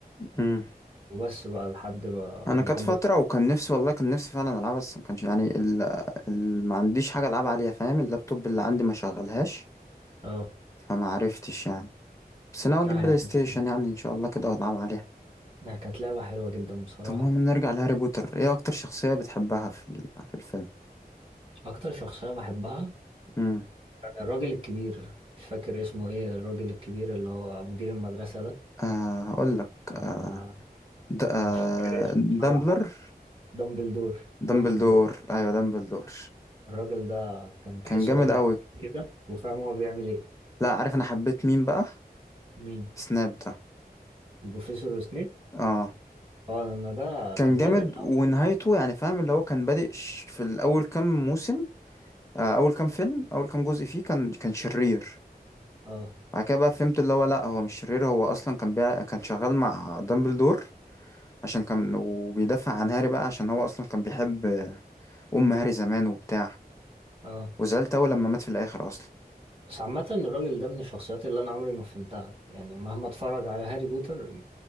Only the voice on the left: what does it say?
امم
انا كانت
فتره وكان نفسي والله كان نفسي فعلا العبها بس ما كانش يعني ال... ال... ما عنديش حاجه العب عليها فاهم اللابتوب اللي عندي ما شغلهاش
فما عرفتش يعني بس انا اجيب
بلاي
ستيشن يعني ان شاء الله كده والعب عليها
طب المهم نرجع لهاري بوتر ايه اكتر شخصية بتحبها في ال- في الفيلم
امم
آه هقول لك
آه
د... آه
دامبلر
دامبلدور
ايوه دامبلدور
كان جامد
قوي
لا عارف انا حبيت مين بقى
سناب ده
اه
كان
جامد
ونهايته يعني فاهم اللي هو كان بادئ ش- في الاول كام موسم آه اول كام فيلم اول كام جزء فيه كان كان شرير
بعد كده بقى فهمت اللي هو لا هو مش شرير هو اصلا كان بيع... كان شغال مع دامبلدور عشان كان وبيدافع عن هاري بقى عشان هو اصلا كان بيحب آه، ام هاري زمان وبتاع
وزعلت اوي لما مات في الاخر اصلا